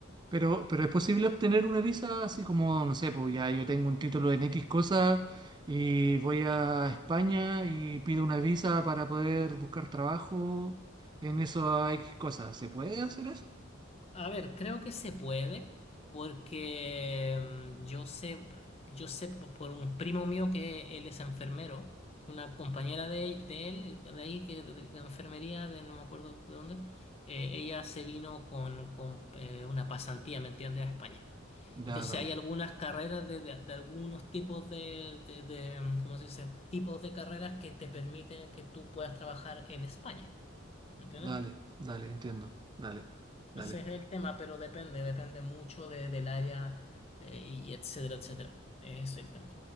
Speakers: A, on the right; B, on the left.
A: Pero, pero es posible obtener una visa así como, no sé, pues ya yo tengo un título en X cosa y voy a España y pido una visa para poder buscar trabajo en eso X cosas. ¿Se puede hacer eso?
B: A ver, creo que se puede, porque mm, yo sé, yo sé po- por un primo mío que él es enfermero, que una compañera de, de él, de ahí, que de, de enfermería, de no me acuerdo de dónde, eh, ella se vino con, con, eh, una pasantía, ¿me entiendes?, a España.
A: Ya,
B: Entonces
A: dale,
B: hay algunas carreras de, de- de algunos tipos de, de, de, mm, ¿cómo se dice?, tipos de carreras que te permiten que tú puedas trabajar en España, ¿me entiendes?
A: dale, dale, entiendo, dale, dale.
B: Ese es el tema, pero depende, depende mucho de, del área eh, y etcétera, etcétera. Ese es el tema.